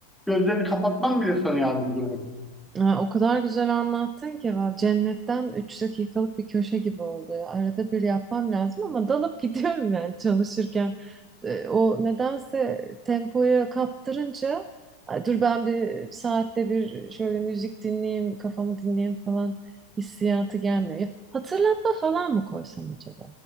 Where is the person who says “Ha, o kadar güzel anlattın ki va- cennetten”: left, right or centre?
Right